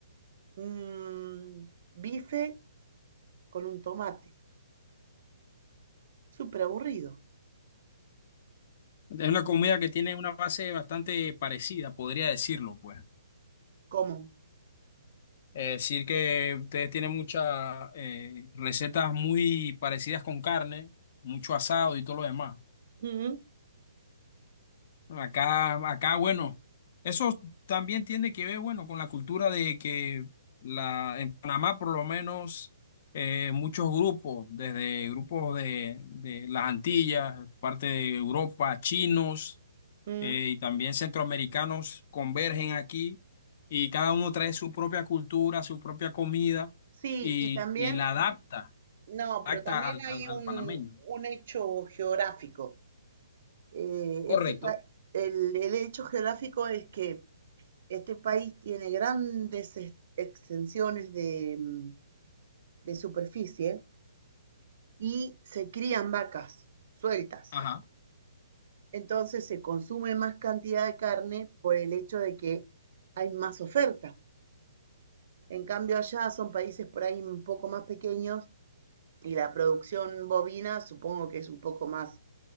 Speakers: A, on the right; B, on the left.
A: un bife con un tomate, súper aburrido,
B: es una comida que tiene una base bastante parecida, podría decirlo, pues.
A: como.
B: Es decir que ustedes tienen muchas eh, recetas muy parecidas con carne, mucho asado y todo lo demás.
A: Mm,
B: Acá, acá, bueno, eso también tiene que ver, bueno, con la cultura de que la, en Panamá, por lo menos, eh, muchos grupos, desde grupos de, de las Antillas, parte de Europa, chinos,
A: mm.
B: eh, y también centroamericanos convergen aquí y cada uno trae su propia cultura, su propia comida
A: Sí,
B: y,
A: y también,
B: y la adapta,
A: no,
B: adapta
A: pero también
B: al, al,
A: hay
B: al
A: un,
B: panameño.
A: un hecho geográfico. Eh,
B: Correcto.
A: este, pa- el, el hecho geográfico es que Este país tiene grandes extensiones de, mm, de superficie y se crían vacas sueltas.
B: Ajá.
A: Entonces se consume más cantidad de carne por el hecho de que hay más oferta. En cambio allá son países por ahí un poco más pequeños y la producción bovina supongo que es un poco más,